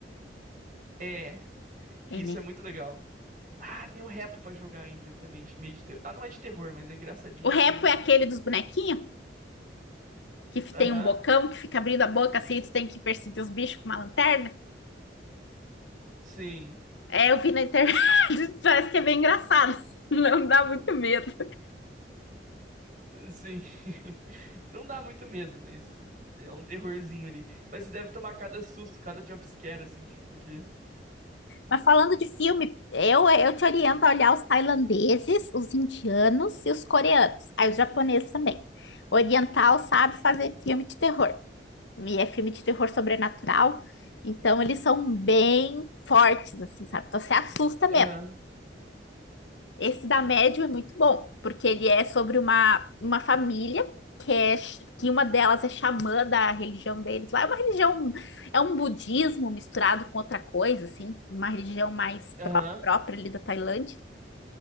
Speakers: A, on the right; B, on the left.
A: É, isso
B: É, né?
A: é muito legal. Ah, tem o Repo pra jogar ainda também, de- meio de terror. Ah, não é de terror, mas é engraçadinho
B: O repo
A: com.
B: é aquele dos bonequinhos, que tem
A: Aham,
B: um bocão que fica abrindo a boca assim, tu tem que perseguir os bichos com uma lanterna.
A: sim,
B: É, eu vi na internet, <laughs> parece que é bem engraçado. <laughs> Não dá muito medo.
A: sim. <laughs> Não dá muito medo, mas é um terrorzinho ali. Mas você deve tomar cada susto, cada jumpscare, assim, tipo, que.
B: Mas falando de filme, eu, eu te oriento a olhar os tailandeses, os indianos e os coreanos. Aí os japoneses também. Oriental sabe fazer filme de terror. E é filme de terror sobrenatural. Então eles são bem fortes, assim, sabe? Então você assusta
A: Aham,
B: mesmo. Esse da Médium é muito bom, porque ele é sobre uma, uma família que, é, ch- que uma delas é xamã da religião deles lá. É uma religião, é um budismo misturado com outra coisa, assim, uma religião mais
A: aham.
B: pró- própria ali da Tailândia.